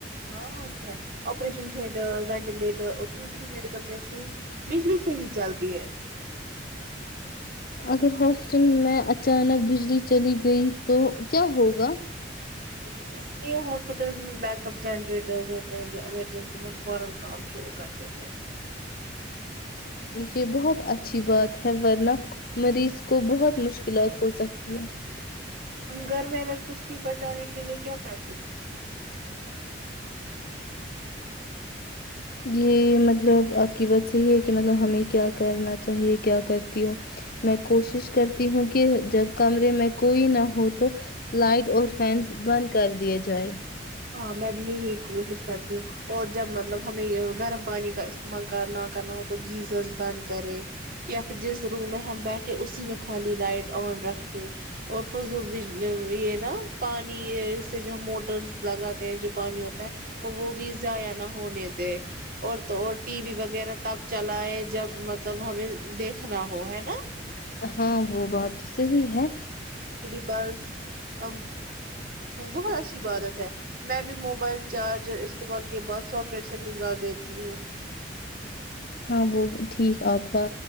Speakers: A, on the right (about 50°); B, on the left (about 50°).
A: ہاں کیا آپریشن تٹر وینٹیلیٹر اور دوسری میڈیکل مشینس بجلی سے ہی چلتی ہے
B: اگر ہاسپٹل میں اچانک بجلی چلی گئی تو کیا ہوگا
A: بالکل اس لیے ہاسپٹل بیک اپ جنریٹرز ہوتے ہیں جو ایمرجنسی میں فورا کام شروع کر دیتے ہیں
B: یہ بہت اچھی بات ہے ورنہ مریض کو بہت مشکلات ہو سکتی ہے
A: ہم گھر میں ال تستٹی بچانے کے لیے کیا کرتے ہیں
B: یہ مطلب آپ کی بات صحیح ہے کہ مطلب ہمیں کیا کرنا چاہیے کیا کرتی ہو میں کوشش کرتی ہوں کہ جب کمرے میں کوئی نہ ہو تو لائٹ اور فینس بند کر دیا جائے
A: ہاں میں بھی یہی کوشش کرتی ہوں اور جب مطلب ہمیں گرم پانی کا استعمال نہ کرنا ہو تو گیزر بند کرے یا پھر جس روم میں ہم بیٹھے اسی میں خالی لائٹ آن رکھے اور فضوج یہ نا پانی سے جو موٹرس لگاتے ہیں جو پانی ہوتا ہے وہ بھی ضائع نہ ہونے دے اور اور ٹی وی وغیرہ تب چلائے جب مطلب ہمیں دیکھنا ہو ہے نا
B: ہاں وہ بات صحیح ہے
A: بل بت بہت اچھی عادت ہے میں بھی موبائل چارجر استعمال کے بعد ساکٹ سے نکال دیتی ہوں
B: ہاں وہ ٹھیک آپ کا